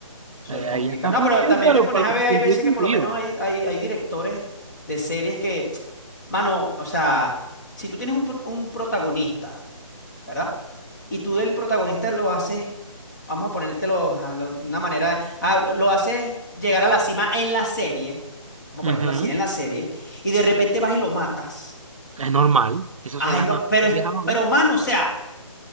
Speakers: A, on the left (about 35°); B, on the right (about 80°).
A: Eso
B: ahí
A: es
B: ahí
A: complicado.
B: ya está
A: No,
B: fundido,
A: pero también
B: pero,
A: te pones
B: pero
A: a ver, hay
B: fundido,
A: veces
B: fundido.
A: que por lo menos hay, hay, hay directores de series que, <tsk> mano, o sea, si tú tienes un, pro- un protagonista, ¿verdad? Y tú del protagonista lo haces, vamos a ponértelo a lo- una manera, ah, lo, lo haces llegar a la cima en la serie, vamos a
B: Ujú,
A: ponértelo así, en la serie, y de repente vas y lo matas.
B: Es normal, esas
A: Ay,
B: son las
A: no,
B: nuevas
A: pero,
B: teorías
A: es-
B: ahora.
A: pero, mano, o sea.